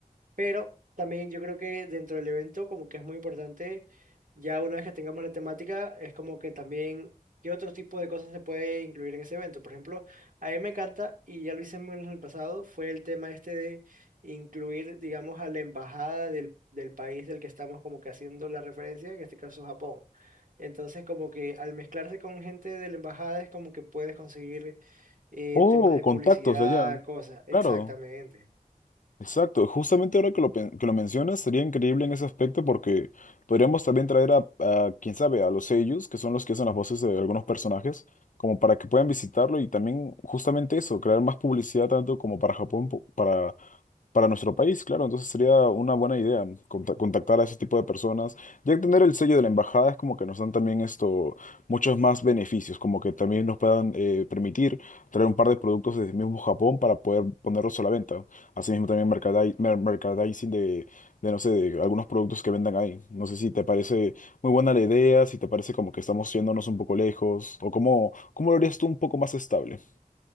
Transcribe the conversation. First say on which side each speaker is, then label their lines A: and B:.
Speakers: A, on the right; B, on the left.
A: Pero también yo creo que dentro del evento como que es muy importante, ya una vez que tengamos la temática, es como que también qué otro tipo de cosas se puede incluir en ese evento. Por ejemplo, a mí me encanta, y ya lo hicimos en el pasado, fue el tema este de incluir, digamos, a la embajada del, del país del que estamos como que haciendo la referencia, en este caso Japón. Entonces como que al mezclarse con gente de la embajada es como que puedes conseguir eh,
B: Oh,
A: temas de
B: contactos
A: publicidad,
B: de allá.
A: cosas. Exactamente.
B: Claro. Exacto, justamente ahora que lo, pen- que lo mencionas, sería increíble en ese aspecto porque podríamos también traer a, a, quién sabe, a los sellos, que son los que hacen las voces de algunos personajes, como para que puedan visitarlo y también justamente eso, crear más publicidad tanto como para Japón, po- para, para nuestro país, claro, entonces sería una buena idea conta- contactar a ese tipo de personas. Ya que tener el sello de la embajada es como que nos dan también esto, muchos más beneficios, como que también nos puedan eh, permitir traer un par de productos desde mismo Japón para poder ponerlos a la venta. Asimismo también mercadi- mer- merchandising de, de, no sé, de algunos productos que vendan ahí. No sé si te parece muy buena la idea, si te parece como que estamos yéndonos un poco lejos, o cómo, cómo lo harías tú un poco más estable.